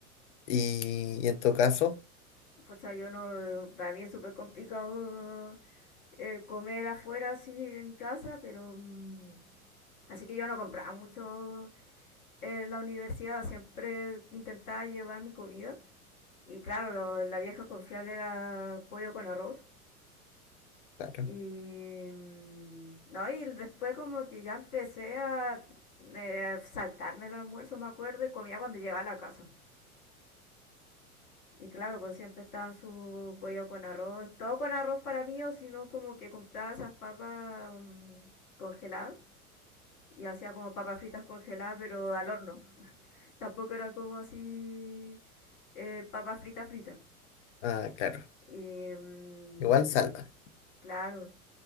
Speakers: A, on the left (about 50°); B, on the left (about 75°).
A: Y, y en tu caso,
B: Pucha, yo no, para mí es súper complicado eh, comer afuera así de mi casa, pero mm, así que yo no compraba mucho en la universidad, siempre intentaba llevar mi comida y claro, lo- la vieja confiable era pollo con arroz
A: claro.
B: y mm, no, y después como que ya empecé a eh, saltarme el almuerzo, me acuerdo, y comía cuando llegaba a la casa. Y claro, pues siempre estaban su pollo con arroz, todo con arroz para mí, o si no, como que compraba esas papas mm, congeladas y hacía como papas fritas congeladas, pero al horno. <laughs> Tampoco era como así eh, papas fritas fritas.
A: Ah, claro.
B: Y mm,
A: Igual salva.
B: claro,